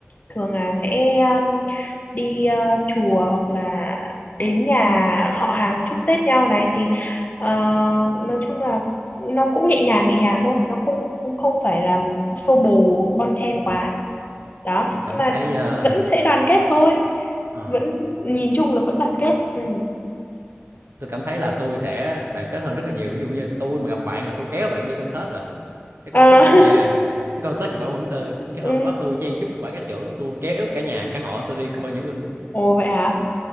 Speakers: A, on the left; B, on the right.
A: thường là sẽ um, đi ờ, chùa hoặc là đến nhà họ hàng chúc Tết nhau này thì ờ, nói chung là nó cũng nhẹ nhàng nhẹ nhàng thôi nó không không không phải là xô bồ bon chen quá đó
B: tôi cảm
A: nhưng mà
B: thấy ờ,
A: vẫn sẽ đoàn kết thôi
B: ờ,
A: vẫn nhìn chung là vẫn đoàn kết ừ.
B: tôi cảm thấy là tôi sẽ đoàn kết hơn rất là nhiều ví dụ như tôi mà gặp bạn là tôi kéo bạn đi concert rồi cái
A: Ờ,
B: concert
A: <laughs>
B: quốc gia cái concert của Bảo Mẫn Tư cái
A: ừ.
B: hôm đó tôi chen chúc bà cá trưởng tôi kéo cả nhà cả họ tôi đi coi diễu binh
A: ồ vậy hả